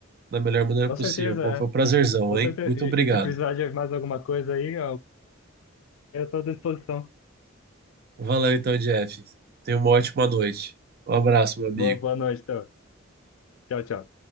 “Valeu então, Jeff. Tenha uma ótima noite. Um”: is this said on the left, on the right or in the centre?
Right